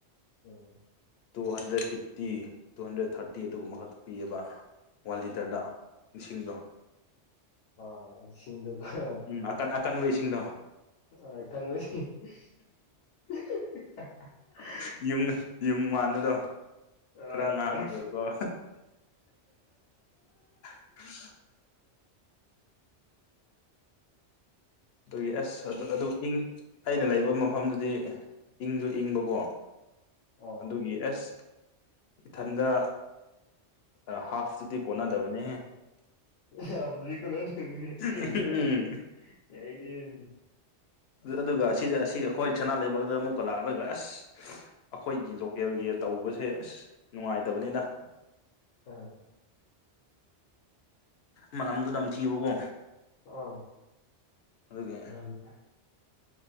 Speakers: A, on the left (about 85°); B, on the left (about 65°).
A: ꯎꯝ
B: two hundred fifty two hundred thirty ꯑꯗꯨꯒꯨꯝꯕ ꯈꯛꯇ ꯄꯤꯌꯦꯕ ꯋꯥꯟ ꯂꯤꯇꯔꯗ
A: ꯑꯥ
B: ꯏꯁꯤꯡꯗꯣ
A: ꯑ ꯁꯤꯁꯤꯡꯗꯒ
B: ꯎꯝ ꯑꯀꯟ ꯑꯀꯟꯕ ꯏꯁꯤꯡꯗꯣ
A: ꯑ <unintelligible>
B: ꯌꯨꯡ ꯌꯨꯡ ꯃꯥꯟꯕꯗꯣ
A: ꯍꯣꯏ
B: ꯈꯔ ꯉꯥꯡꯔꯒ
A: ꯍꯣꯏ
B: ꯑꯣ <unintelligible> ꯑꯗꯨꯒꯤ ꯑꯁ ꯑꯗꯨ -ꯑꯗꯨ ꯏꯪ ꯑꯩꯅ ꯂꯩꯕ ꯃꯐꯝꯗꯨꯗꯤ ꯏꯪꯖꯨ ꯏꯪꯕꯀꯣ
A: ꯑꯣ
B: ꯑꯗꯨꯒꯤ ꯑꯦꯁ ꯏꯊꯟꯗ ꯑ ꯍꯥꯄꯇꯨꯗꯤ ꯀꯣꯟꯅꯗꯕꯅꯦꯍꯦ
A: <unintelligible>
B: ꯎꯝ ꯑꯗꯨꯒ ꯑꯗꯤꯖ ꯑꯁꯤ ꯑꯩꯈꯣꯏ ꯁꯅꯥ ꯂꯩꯕꯥꯛꯇꯗ ꯑꯃꯨꯛꯀ ꯂꯥꯛꯂꯒ ꯑꯁ ꯑꯩꯈꯣꯏꯒꯤ ꯂꯣꯀꯦꯜꯒꯤ ꯇꯧꯕꯁꯦ ꯑꯁ ꯅꯨꯡꯉꯥꯏꯇꯕꯅꯤꯗ꯫
A: ꯎꯝ
B: ꯃꯅꯝꯗꯨ ꯅꯝꯊꯤꯕꯀꯣ
A: ꯑꫭ
B: ꯑꯗꯨꯒꯤ
A: ꯅꯝꯃꯤ